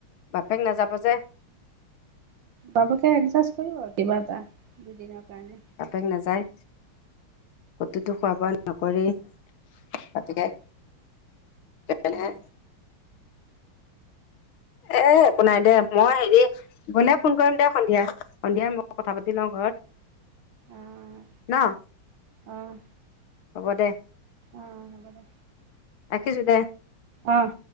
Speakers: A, on the left; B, on the right.
A: বাপেক নাযাব যে।
B: বাপকে এডজাষ্ট কৰিব আৰু কিবা এটা দুদিনৰ। কাৰণে।
A: বাপেক নাযায়। কতোতো খোৱা বোৱা নকৰেই বাপেকে। এনেই।
B: উম,
A: এ একো নাই দে মই হেৰি গলে ফোন কৰিম দে সন্ধিয়া, সন্ধিয়া মই কথা পাতি লওঁ ঘৰত।
B: অ',
A: ন।
B: অ',
A: হ'ব দে
B: অ হ'ব দে
A: ৰাখিছো দে
B: অহ